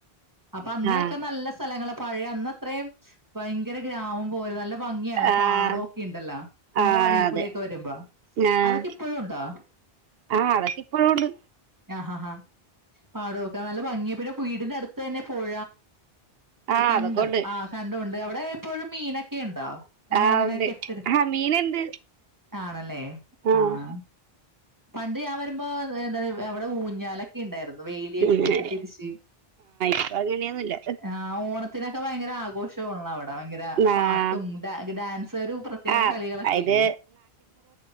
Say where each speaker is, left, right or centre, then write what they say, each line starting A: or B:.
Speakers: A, on the right; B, on the right.
A: അപ്പൊയന്നൊക്കെ
B: ആഹ്
A: നല്ല സ്ഥലങ്ങളാ പഴയ അന്നത്രയും ഭയങ്കര ഗ്രാമംപോലെ നല്ല.. ഭംഗിയുള്ള
B: ആഹ്
A: പാടമൊക്കെയുണ്ടല്ലോ, നിങ്ങളുടെ
B: ആഹ്
A: വഴിയിൽകൂടിയൊക്കെ
B: അതെ
A: വരുമ്പോ
B: ആഹ്
A: അതൊക്കെ യിപ്പളുമുണ്ടോ
B: ആഹ്, അതൊക്കെ യിപ്പോഴുമുണ്ട്
A: ആഹ്.. ആ.. ഹാ പാടവൊക്കെ നല്ല ഭംഗിയ പിന്നെ വീടിന്റെ അടുത്തുതന്നെ പുഴ
B: ആഹ്
A: കണ്ടം,
B: അതൊക്കെ ഉണ്ട്
A: ആഹ് കണ്ടമുണ്ട്. അവിടെയിപ്പോളും മീനൊക്കെയുണ്ടോ നിങ്ങളെങ്ങനെയാ,
B: ആഹ് ഉണ്ട്
A: കെട്ട്
B: ആഹ് മീനുണ്ട്
A: ടാ ണല്ലേ
B: ആഹ്
A: ആഹ പണ്ടുഞാൻ വരുമ്പോ എന്ത അവിടെ ഊഞ്ഞാലൊക്കെയുണ്ടായിരുന്നു. വേലിയൊക്കെ
B: ആഹ്
A: കെട്ടി തിരിച്ച്
B: ഇപ്പൊ അങ്ങനെയൊന്നുല്ല
A: ആഹ്, ഓണത്തിനൊക്കെ ഭയങ്കര ആഘോഷമുള്ള യവിടെ ഭയങ്കര
B: ആഹ്
A: പാട്ടും ഡാൻസൊരു പ്രത്യേക
B: ആഹ്
A: കളികളൊക്കെയില്ലേ
B: ഇത്